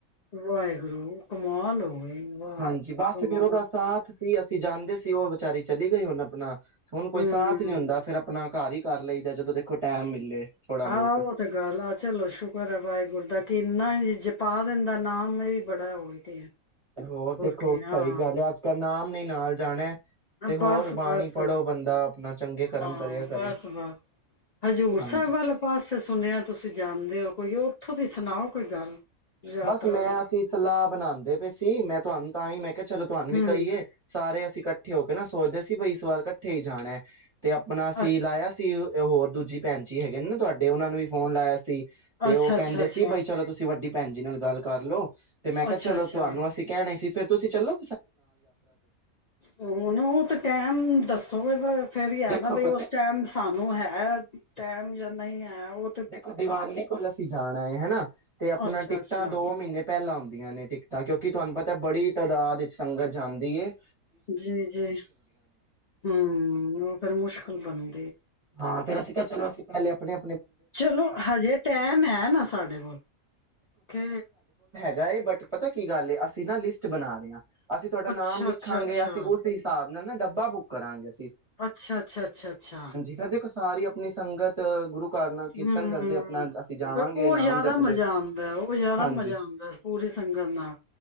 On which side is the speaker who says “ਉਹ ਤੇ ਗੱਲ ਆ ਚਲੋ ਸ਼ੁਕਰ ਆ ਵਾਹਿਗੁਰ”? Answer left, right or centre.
Left